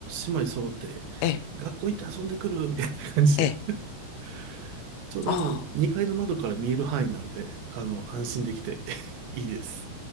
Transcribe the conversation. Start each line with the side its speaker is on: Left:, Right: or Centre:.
Right: 姉妹揃って、
Left: ええ、
Right: 学校行って遊んでくるみたいな感じで、
Left: ええ。
Right: <laughs> ちょうどあの、
Left: ああ。
Right: 2階の窓から見える範囲なんで、あの、安心できて <laughs> いいです。